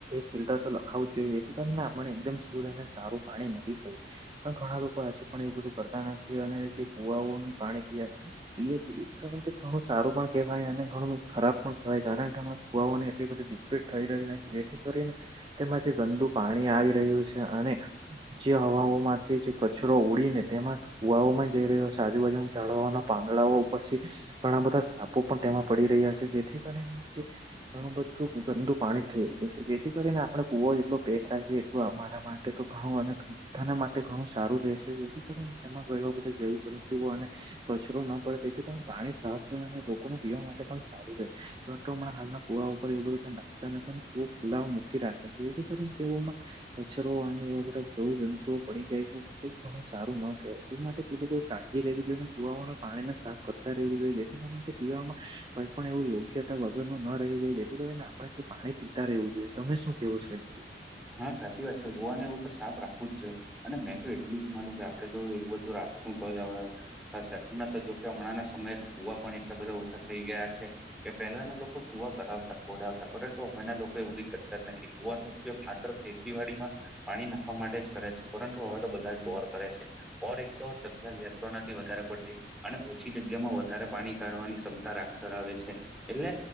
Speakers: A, on the right (about 25°); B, in the centre.
A: ફિલ્ટર તો લખાવું જ જોઈ રહી છે પણ મે આપણને એકદમ શુદ્ધ અને સારું પાણી મળી શકે પણ ઘણા લોકો હજુ પણ એવું બધું કરતા નથી અને જે કુવાઓનું પાણી પીએ પીએ ઘણું સારું પણ કેહેવાય અને ઘણું ખરાબ પણ કેવાય કારણ કે ફુવાને એટલી બધી દિભેટ થઈ રહી જેથી કરીને તેમાં જે ગંદુ પાણી આવી રહ્યું છે અને જે હવાઓ માંથી જે કચરો ઉડીને તેમાં કુવાઓ માં જઈ રહ્યો છે આજુબાજુ જાળવાના પાંદડાઓ પછી ઘણા બધા <unintelligible> પણ તેમાં પડી રહ્યા છે જેથી કરી ઘણું બધું ગંદુ પાણી છે જેથી કરીને આપણે કુવો એટલો પેક રાખીએ અ મારા માટે તો ઘણું અનેધાના માટે ઘણું સારું રહેશે જેથી કરી એમાં ગય બધે જેવું ચાલ તેવું અને કચરો ના પડે તેથી પાણી સાફ રહે અને લોકોને પીવા માટે પણ સારું રહે પરંતુ અમના હાલના કુવા ઉપર એવ બધું કઈ નાખતા નથી ને તેઓ ખુલ મૂકી રાખે છેતિ કરીને તેઓમાં કચરો અને એવા બધા જવું જંતુઓ પડી જાય છે જેતી બહુ સારું ન કેવાય તે માટે પેું કોઈ કાળજી લેવી જોઈએ ને પુવામાંનું પાણીને સાફ કરતા રહેવું જોઈએ જેના કારણે તે પીવામાં કઈ પણ એવ યોગ્યતા વગરનું ન જેથી ને આપણે પાણી પીતા રહેવું જોઈએ તમે શું કેવો છો એમ
B: હા સાચી વાત છે કુંવા ને એવું તો સાફ રાખવું જ જોયે અને મેં તો એટલું જ માનું કે આપડે જો એવું બધું રાખ રાખશું તોજ આવા થશે હમણાં તો જો કે હમણાં ના સમયે તો ફુવા પણ એટલા બધા ઓછા થઈ ગયા છે પહેલાના લોકો કુવા કરાવતા ખોડ આવતા પરંતુ હવેના લોકો એવું બી કરતા જ નથી કુવાનો ઉપયોગ માત્ર ખેતીવાડીમાં પાણી નાખવા માટે જ કરે છે પરંતુ હવે તો બધા જ બોર કરે છે ઓર એક તો જગ્યા લેર તો નથી વધારે પડતી અને ઓછી જગ્યા માં વધારે પાણી કાઢવાની ક્ષમતા રાખ ધરાવે છે એટલે